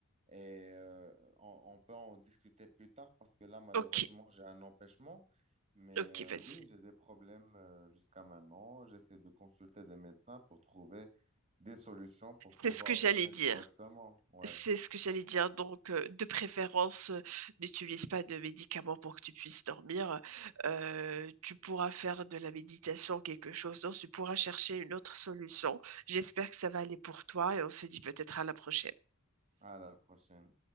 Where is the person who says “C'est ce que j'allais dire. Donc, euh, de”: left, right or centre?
Right